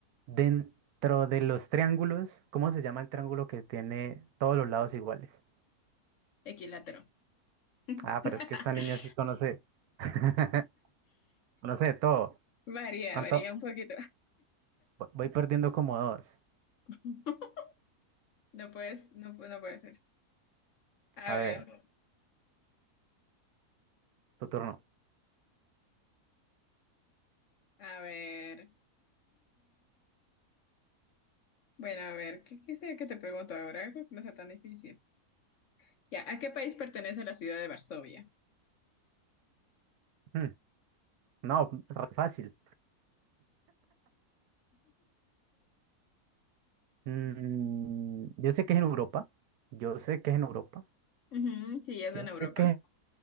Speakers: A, on the right; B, on the left.
A: dentro de los triángulos, ¿cómo se llama el triángulo que tiene todos los lados iguales?
B: Equilátero. <laughs>
A: Ah, pero es que esta niña sí conoce, <laughs> conoce de todo.
B: Varía,
A: ¿Cuánto?
B: varía un poquito.
A: Voy voy perdiendo como dos.
B: <laughs> No puedes, no, pu- no puede ser. A
A: A
B: ver.
A: ver, tu turno.
B: A ver. Bueno, a ver, ¿qué quisiera que te pregunto ahora? Algo que no sea tan difícil. Ya, ¿a qué país pertenece la ciudad de Varsovia?
A: Mm, no, re fácil. Mm, yo sé que es en Europa. Yo sé que es en Europa.
B: Ujú, sí, es
A: Yo
B: en
A: sé
B: Europa.
A: que es